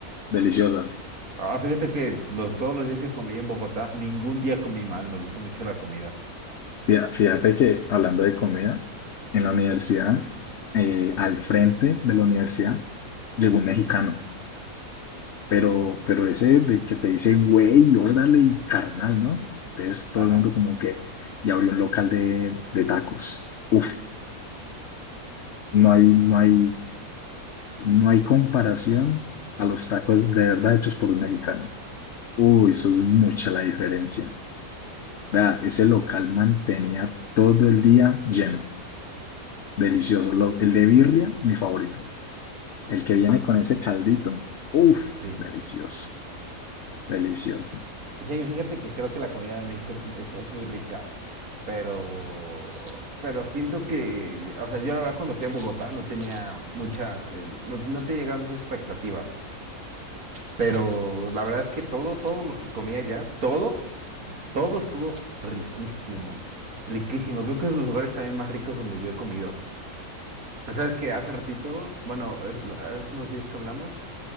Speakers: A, on the left; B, on the right.
A: deliciosas.
B: Ah, fíjate que los, todos los días que comí en Bogotá, ningún día comí mal, me gustó mucho la comida.
A: Fía- Fíjate que hablando de comida, en la universidad, eh, al frente de la universidad, llegó un mexicano, pero, pero ese de que te dice, güey, órale y carnal, ¿no? Entonces todo
B: Ajá,
A: el mundo como que, y abrió un local de, de tacos. Uf, no hay, no hay, no hay comparación a los tacos de verdad hechos por un mexicano. Uy, eso es mucha la diferencia. Vea, ese local mantenía todo el día lleno, delicioso. Lo- el de birria, mi favorito. El que viene con ese caldito, uff,
B: sí.
A: delicioso, delicioso,
B: Sí, fíjate que creo que la comida de México es, es- es muy rica, pero, pero siento que, o sea, yo la verdad cuando fui a Bogotá no tenía mucha, eh, no, no tenía grandes expectativas, pero la verdad es que todo, todo lo que comía allá, todo, todo estuvo riquísimo, riquísimo. Creo que es de los lugares también más ricos donde yo he comido. Sabes que hace ratito, bueno, es- hace unos días que hablamos,